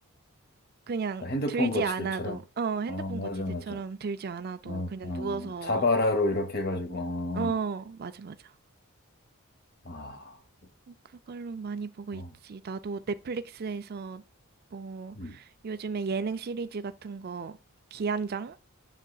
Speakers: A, on the right; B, on the left.
A: 그냥
B: 어, 핸드폰
A: 들지
B: 거치대처럼.
A: 않아도 어, 핸드폰
B: 어, 맞아,
A: 거치대처럼
B: 맞아.
A: 들지 않아도
B: 어,
A: 그냥
B: 어,
A: 누워서
B: 자바라로 이렇게 해가지고, 어,
A: 어, 맞아 맞아.
B: 아,
A: 그걸로 많이 보고
B: 어,
A: 있지. 나도 넷플릭스에서 뭐
B: 음.
A: 요즘에 예능 시리즈 같은 거 기안장